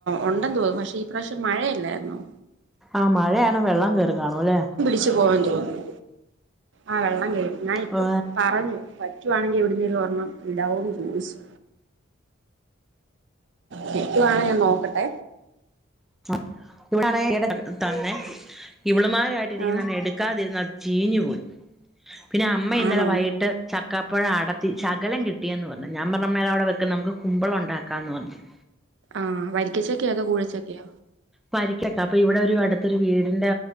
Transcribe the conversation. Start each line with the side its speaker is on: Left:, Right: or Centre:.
Right: ഉണ്ടെന്ന് തോന്നും പക്ഷെ ഈ പ്രാവശ്യം മഴയല്ലായിരുന്നു
Centre: ആഹ് മഴയാണ് വെള്ളം കേറി കാണുലേ
Right: ച്ചു പോവാൻ തോന്നുന്നു ആഹ് വെള്ളം കേറി ഞാൻ ഇപ്പ
Centre: ആ
Right: പറഞ്ഞു റ്റുവാണെങ്കി എവിടുന്ന ഒരു ഒർണം ഇടാവും ചോദിച്ചു കിട്ടുവാണ ഞാൻ നോക്കട്ടെ
Centre: <unintelligible> തന്നെ ഇവളുമാരായിട്ടിരിക്കുന്ന
Right: ആഹ്
Centre: എടുക്കാതിരുന്ന ചീഞ്ഞു പോയി പിന്നെ അമ്മ ഇന്നലെ
Right: ആണോ
Centre: വൈകിട്ട് ചക്കാപ്പഴ അടത്തി ശകലം കിട്ടിയെന്ന് പറഞ്ഞു ഞാൻ പറഞ്ഞ മേൽ അവിടെ വെക്കും നമുക്ക് കുമ്പളം ഉണ്ടാക്കാ എന്ന് പറഞ്ഞു <inaudible>
Right: ആഹ് വരിക്കച്ചൊക്കെയാ അതോ കൂഴച്ചൊക്കെയോ
Centre: പരിക്കക്കാം അപ്പൊ ഇവിടെ ഒരു അടുത്തൊരു വീടിന്റെ്